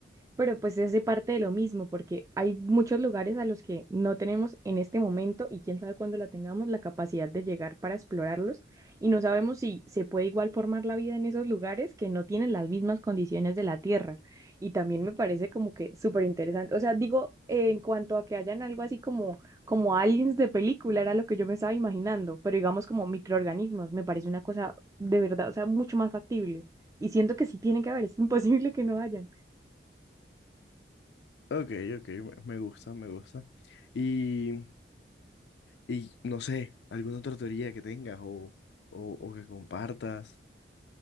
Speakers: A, on the right (about 20°); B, on the left (about 75°).
A: pero pues es de parte de lo mismo, porque hay muchos lugares a los que no tenemos en este momento y quién sabe cuándo la tengamos la capacidad de llegar para explorarlos y no sabemos si se puede igual formar la vida en esos lugares que no tienen las mismas condiciones de la Tierra. Y también me parece como que súper interesante. O sea, digo, eh, en cuanto a que hayan algo así como, como aliens de película, era lo que yo me estaba imaginando, pero digamos como microorganismos, me parece una cosa de verdad, o sea, mucho más factible. Y siento que sí tiene que haber, es imposible que no haya.
B: Ok, ok, me me gusta, me gusta. Y Y no sé, alguna otra teoría que tengas o, o, o que compartas.